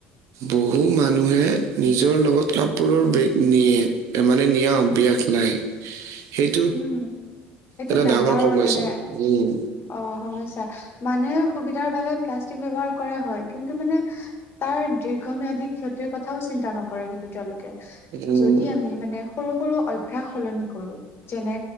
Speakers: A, on the right (about 65°); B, on the left (about 45°).
A: বহু মানুহে, নিজৰ লগত কাপোৰৰ বেগ নিয়ে, মানে নিয়া অভ্যাস নাই সেইটো
B: উম' এইটো
A: এটা
B: ডাঙৰ
A: সমস্যা
B: মানে,
A: উম,
B: অ' সমস্যা মানুহে সুবিধাৰ বাবে প্লাষ্টিক ব্যৱহাৰ কৰে হয়। কিন্তু মানে, তাৰ দীৰ্ঘম্যাদী ক্ষতিৰ কথাও চিন্তা নকৰে কিন্তু তেওঁলোকে।
A: উম,
B: যদি আমি মানে সৰু সৰু অভ্যাস সলনি কৰোঁ। যেনে